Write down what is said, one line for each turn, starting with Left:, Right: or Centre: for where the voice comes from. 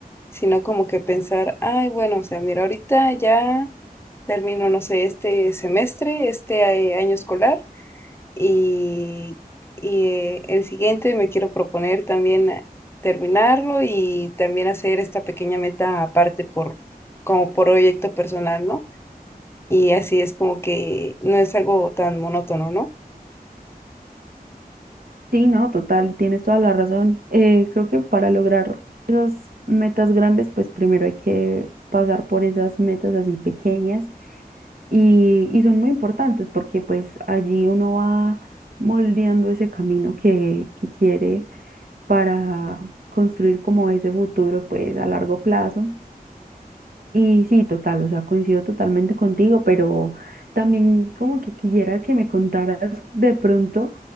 Left: Sino como que pensar, ay, bueno, o sea, mira, ahorita ya termino, no sé, este semestre, este eh, año escolar y, y eh, el siguiente me quiero proponer también eh, terminarlo y también hacer esta pequeña meta aparte por, como proyecto personal, ¿no? y así es como que no es algo tan monótono, ¿no?
Right: Sí, no, total, tienes toda la razón. Eh, creo que para lograr esas metas grandes, pues primero hay que pasar por esas metas así pequeñas Y, y son muy importantes porque pues allí uno va moldeando ese camino que, que quiere para construir como ese futuro pues a largo plazo. Y sí, total, o sea, coincido totalmente contigo, pero también como que quisiera que me contaras de pronto